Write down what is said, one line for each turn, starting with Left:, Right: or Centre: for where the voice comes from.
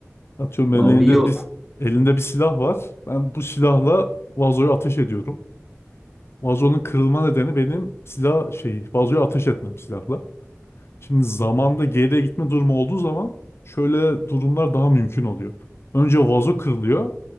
Left: Atıyorum benim
Centre: O
Left: elimde
Centre: iyi oldu.
Left: bir elinde bir silah var. Ben bu silahla vazoya ateş ediyorum. Vazonun kırılma nedeni benim silah şey vazoya ateş etmem silahla. Şimdi zamanda geriye gitme durumu olduğu zaman şöyle durumlar daha mümkün oluyor. Önce vazo kırılıyor,